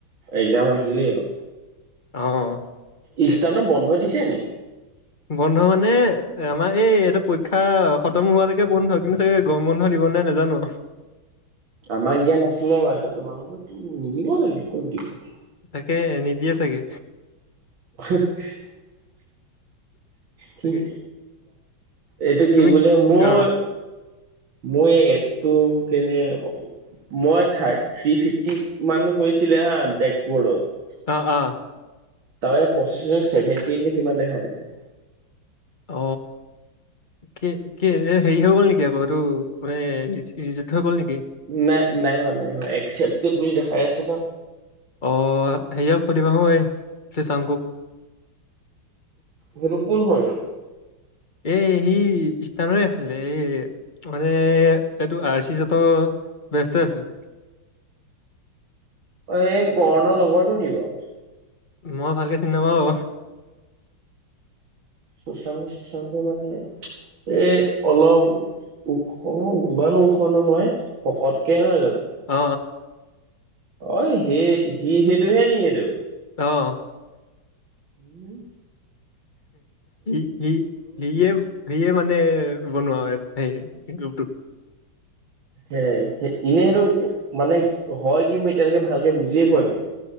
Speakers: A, on the right; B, on the left.
A: একজাম আহিলেই আউ।
B: অ তাকে।
A: ইষ্টাৰ নপ বন্ধ দিছে নি?
B: বন্ধ মানে আমাৰ এই ইহতে পৰীক্ষা খতম হোৱালেকে বন্ধ। কিন্তু চাগে গৰম বন্ধ দিব। গল নাই নেজানো।
A: আমাক দিয়া নাছিলে বাৰু এতিয়া তোমাৰ লগত টো নিদিব চাগে ক'ত দিব।
B: তাকে নিদিয়ে চাগে।
A: <unintelligible> কিন
B: তাকে
A: এইটো কি
B: তুমি
A: বুলে মোৰ
B: অ
A: মই এই এপটো কেনে মই থা থ্ৰি ফিফটি মান হৈছিলে হা ডেকচ বৰ্ডত।
B: অ অ।
A: তাৰ প্ৰচছেচ সেভেণ্টিন নে কিমান দেখাই আছে।
B: অ। কি কি এ হেৰি হৈ গ'ল নেকি আকৌ এইটো মানে যুদ্ধ হৈ গ'ল নি?
A: নাই নাই হোৱা নাই হোৱা। একচেপটেদ বুলি দেখাই আছে ন।
B: অ সেৰিক সুধিবা ক সেই চৰ তোক।
A: সেইটো কোন হয় নো?
B: এ সি স্থানৰে আছিলে। এই মানে এইটো আৰ চি জত ব্যস্ত আছিলে।
A: অ এই কৰ্ণ লগৰটো নি বাও।
B: মই ভালকে চিনি নাপাওঁ বাও।
A: সুশাংক সুশাংক মানে? এ অলপ ওখ ইমান ওখ নহয়। হকতকে নহয় জানো?
B: অ
A: অই সেই সি সেইটো হে নি সেইটো?
B: অহ।
A: উম।
B: সি সি সিয়ে য়ে মানে বনোৱা হয়। সেই গুপ টোত।
A: হে ইনে সেইটো মানে হয় কি? মই এতিয়ালৈকে ভালকে বুজিয়ে পোৱা নাই।